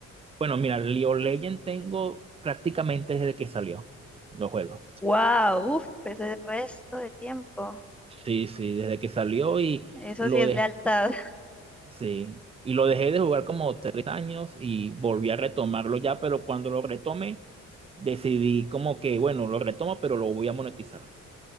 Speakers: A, on the right; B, in the centre.
A: Bueno, mira, League of Legends tengo prácticamente desde que salió los juegos.
B: Wow, uf, pues el resto de tiempo.
A: Sí, sí, desde que salió y
B: Eso
A: lo
B: sí es
A: dejé,
B: lealtad. <laughs>
A: sí, y lo dejé de jugar como tres años y volví a retomarlo ya, pero cuando lo retomé, decidí como que, bueno, lo retomo, pero lo voy a monetizar.